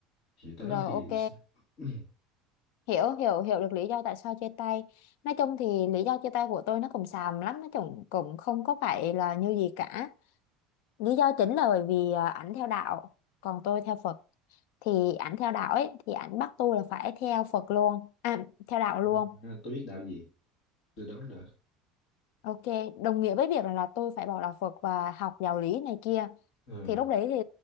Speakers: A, on the left (about 55°); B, on the left (about 75°).
A: thì tới
B: rồi
A: đó thì
B: ok
A: <clears throat>
B: hiểu hiểu hiểu được lý do tại sao chia tay nói chung thì lý do chia tay của tôi nó cũng xàm lắm nó cũng cũng không có phải là như gì cả lý do chính là bởi vì à, ảnh theo đạo còn tôi theo Phật thì ảnh theo đạo ấy thì ảnh bắt tôi là phải theo Phật luôn à, theo đạo
A: Ừ,
B: luôn
A: tôi biết đạo gì tôi đoán được
B: Ok, đồng nghĩa với việc là là tôi phải bỏ đạo Phật và học giáo lý này kia.
A: ừ.
B: Thì lúc đấy thì